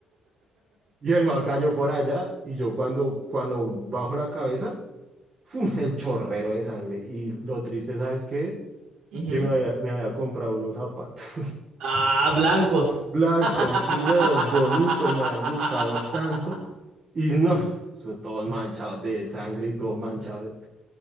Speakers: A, on the right (about 30°); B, on the right (about 70°).
A: Y el man cayó por allá, y yo cuando, cuando bajo la cabeza, ¡fum! el chorrero de sangre. Y lo triste, ¿sabes qué es?
B: Ujú.
A: Que me había, me había comprado unos zapatos <laughs>
B: Ah, blancos.
A: blancos,
B: <laughs>
A: nuevos, bonitos, me habían gustado tanto, y no, son todos manchados de sangre y todo manchado.